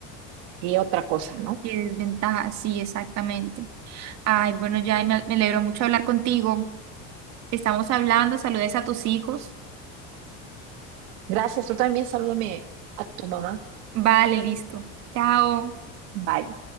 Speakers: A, on the right (about 85°); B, on the right (about 50°).
A: que otra cosa, ¿no?
B: Y desventaja, sí, exactamente. Ay, bueno, ya me me alegro mucho hablar contigo. Estamos hablando, saludes a tus hijos.
A: Gracias, tú también salúdame a tu mamá.
B: Vale, listo. Chao.
A: Bye.